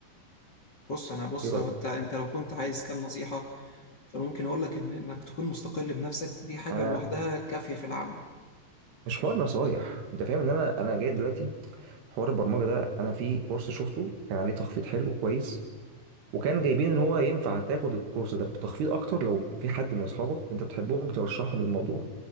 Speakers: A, on the left; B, on the right.
A: بص أنا بص
B: ايه رأيك
A: أنت أنت لو كنت عايز كام نصيحة فممكن أقول لك إن إنك تكون مستقل بنفسك دي حاجة
B: انا
A: لوحدها كافية في العمل
B: مش حوار نصايح انت فاهم ان انا انا جاي دلوقتي حوار البرمجة ده انا في كورس شفته كان عليه تخفيض حلو كويس وكان جايبين ان هو ينفع تاخد الكورس ده بتخفيض اكتر لو في حد من اصحابك انت بتحبهم ترشحهم الموضوع